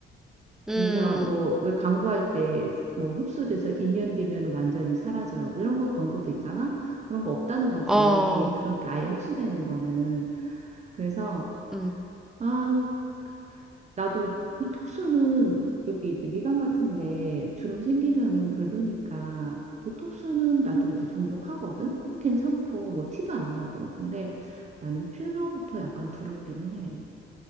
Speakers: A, in the centre; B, on the right (about 35°).
A: 음,
B: 그래서 뭐 왜 광고할 때 뭐 흡수돼서 2년 뒤면 완전히 사라져요. 뭐 이런 거 광고도 있잖아. 그런 거 없다는 거지.
A: 어,
B: 그렇게 아예 흡수되는 거는. 그래서
A: 음,
B: 아, 나도 보톡스는 여기 이제 미간 같은데 주름 생기면은 별로니까 보톡스는 나도 이제 종종 하거든. 그거 괜찮고 뭐 티도 안 나고. 근데 나는 필러부터 약간 두렵기는 해.